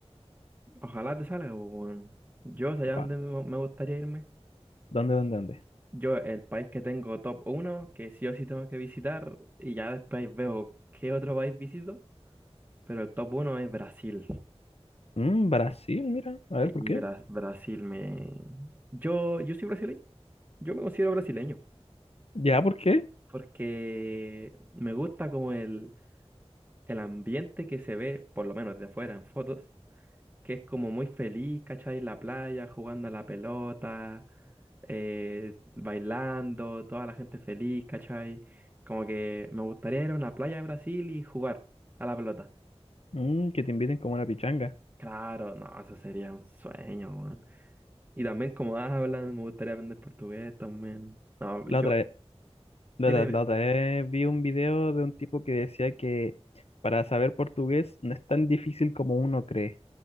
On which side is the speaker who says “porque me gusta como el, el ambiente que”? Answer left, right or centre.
Right